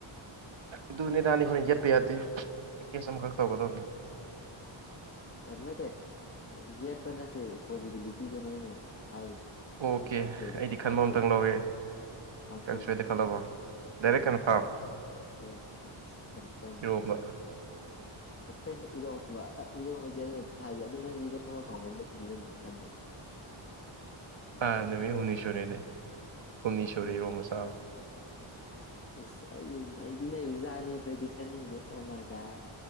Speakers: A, on the right (about 65°); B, on the left (about 25°).
A: ꯑꯗꯨꯅꯦꯗꯥꯅꯤ ꯑꯩꯣꯏꯅ ꯌꯦꯠꯄ ꯌꯥꯗꯦ ꯒꯦꯁ ꯑꯃꯈꯛ ꯇꯧꯒꯗꯧꯕꯅꯦ
B: ꯅꯠꯇꯦ ꯌꯦꯠꯄ ꯅꯠꯇꯦ ꯄꯣꯖꯤꯕꯤꯂꯤꯇ ꯇꯤꯗꯨꯅꯦ ꯑꯩꯅ ꯍꯥꯏꯔꯤꯁꯦ
A: ꯑꯣꯀꯦ
B: ꯑꯩꯗꯤ ꯀꯥꯡꯁꯣꯏꯗꯣ
A: ꯑꯩꯗꯤ ꯈꯟꯕ
B: ꯀꯥꯡꯁꯣꯏꯗ
A: ꯑꯝꯇꯪ ꯂꯧꯋꯦ
B: ꯀꯥꯡꯁꯣꯏ
A: ꯀꯥꯡꯁꯣꯏꯗ ꯈꯜꯂꯕꯣ direct
B: ꯌꯥ
A: confirm
B: yes it's confirm
A: ꯏꯔꯣꯝꯕ
B: ꯑꯣꯀꯦ ꯏꯔꯣꯝꯕ ꯏꯔꯣꯝꯕꯁꯦ ꯑꯩꯅ ꯊꯥꯖꯩ ꯑꯗꯨ ꯅꯁꯦ ꯏꯔꯣꯝꯕ ꯐꯥꯎꯒꯟꯗꯕꯗꯨꯗꯩꯅ ꯑꯃꯨꯛ ꯈꯟꯗꯕ
A: ꯑꯥ
B: ꯕꯠ
A: ꯅꯨꯃꯤꯠ
B: ꯑꯩ
A: ꯍꯨꯝꯅꯤꯁꯣꯔꯤꯅꯦ ꯍꯨꯝꯅꯤꯁꯣꯔꯤ ꯏꯔꯣ ꯃꯆꯥ
B: ꯏꯁ ꯑꯩ ꯑꯩꯗꯤ ꯅꯖꯥꯅꯤ ꯄ꯭ꯔꯗꯤꯛꯁ ꯁꯤꯅꯤꯡꯖꯦ ꯑꯣꯃꯥꯒꯠ